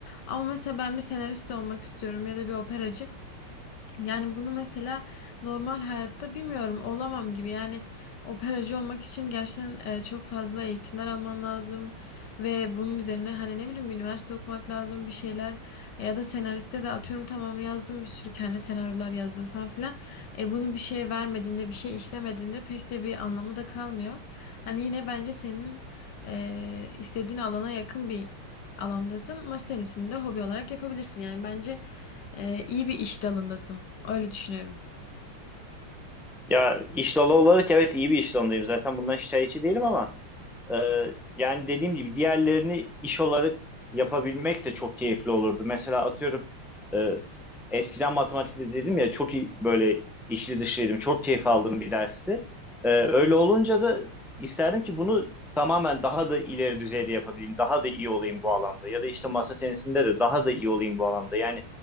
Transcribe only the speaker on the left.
Ama mesela ben bir senarist olmak istiyorum ya da bir operacı. Yani bunu mesela normal hayatta bilmiyorum olamam gibi. Yani operacı olmak için gerçekten e, çok fazla eğitimler alman lazım ve bunun üzerine hani ne bileyim bir üniversite okumak lazım bir şeyler ya da senariste de atıyorum tamam yazdım bir sürü kendi senaryolar yazdım falan filan. E, bunu bir şeye vermediğinde bir şey işlemediğinde pek de bir anlamı da kalmıyor. Hani yine bence senin e, istediğin alana yakın bir alandasın. Masa tenisini de hobi olarak yapabilirsin. Yani bence e, iyi bir iş dalındasın. Öyle düşünüyorum.